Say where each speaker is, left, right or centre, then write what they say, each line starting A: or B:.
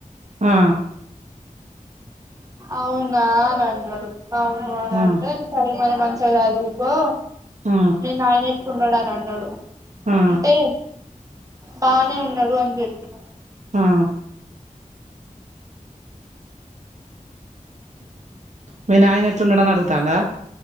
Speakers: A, on the right; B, on the right.
A: ఆ
B: అవునా అని అన్నాడు అవును అని
A: ఆ
B: అంటే సరే మరి మంచిగా చదుకో
A: ఆ
B: మీ నాయన ఎట్లున్నాడు అని అన్నడు
A: ఆ
B: అంటే బానే ఉన్నాడు అని చెప్పినా
A: ఆ మీ నాయన ఎట్లున్నాడు అని అడుగుతాండా